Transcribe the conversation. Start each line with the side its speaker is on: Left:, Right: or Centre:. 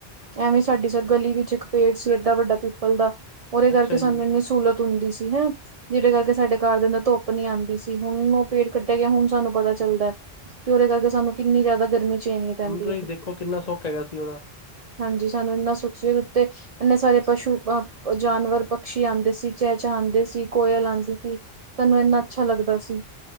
Right: ਐਵੇਂ ਸਾਡੀ ਗਲੀ ਵਿੱਚ ਇੱਕ ਪੇੜ ਸੀ ਏਡਾ ਵੱਡਾ ਪਿੱਪਲ ਦਾ ਉਹਦੇ ਕਰਕੇ
Left: ਅੱਛਾ
Right: ਸਾਨੂੰ
Left: ਜੀ
Right: ਇਨੇ ਸਹੂਲਤ ਹੁੰਦੀ ਸੀ ਨਾ ਜਿਹੜੇ ਸਾਡੇ ਘਰ ਦੇ ਅੰਦਰ ਧੁੱਪ ਨੀ ਆਉਂਦੀ ਸੀ ਹੁਣ ਉਹ ਪੇੜ ਕੱਢਿਆ ਗਿਆ ਹੁਣ ਸਾਨੂੰ ਪਤਾ ਚੱਲਦਾ ਕਿ ਉਹਦੇ ਕਰਕੇ ਸਾਨੂੰ ਕਿੰਨੀ ਜ਼ਿਆਦਾ ਗਰਮੀ ਝੇਲਣੀ ਪੈਂਦੀ
Left: ਹੁਣ ਤੁਸੀਂ
Right: ਹੈ।
Left: ਦੇਖੋ ਕਿੰਨਾ ਸੁੱਖ ਹੈਗਾ ਸੀ ਉਹਦਾ
Right: ਹਾਂਜੀ ਸਾਨੂੰ ਇੰਨਾ ਸੁਖਸ ਦੇ ਉੱਤੇ ਇਨੇ ਸਾਰੇ ਪਸ਼ੂ ਜਾਨਵਰ ਪਕਸ਼ੀ ਆਉਂਦੇ ਸੀ ਚ ਚ ਆਉਂਦੇ ਸੀ ਕੋਈ ਕੋਇਲ ਆਉਂਦੀ ਸੀ ਸਾਨੂੰ ਇਨਾ ਅੱਛਾ ਲੱਗਦਾ ਸੀ